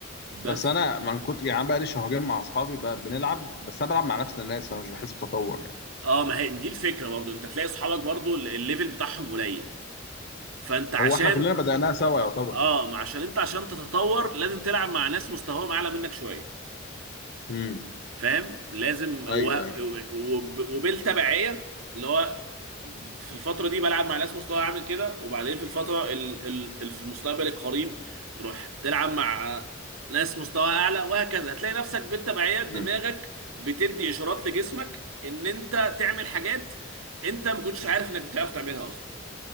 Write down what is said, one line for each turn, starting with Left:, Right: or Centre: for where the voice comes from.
Right: بس
Left: بس انا من كتر يعني أنا بقى لي شهرين مع اصحابي بقى بنلعب بس انا بلعب مع نفس الناس فانا مش بحس بتطور يعني
Right: اه ما هي دي الفكرة برضو انت تلاقي اصحابك برضو الليفل بتاعهم قليل فانت عشان
Left: هو احنا كلنا بدأناها سوا يعتبر
Right: اه ما عشان انت عشان تتطور لازم تلعب مع ناس مستواهم اعلى منك شويه
Left: امم
Right: فاهم لازم و...
Left: ايوه ايوه
Right: وب- وبالتبعيه اللي هو في الفتره دي بلعب مع ناس مستواها عامل كده وبعدين في الفتره ال... ال... ال... في المستقبل القريب تروح تلعب مع ناس مستواها اعلى وهكذا هتلاقي نفسك بالتبعيه دماغك
Left: امم
Right: بتدي اشارات لجسمك ان انت تعمل حاجات انت ما كنتش عارف انك بتعرف تعملها اصلا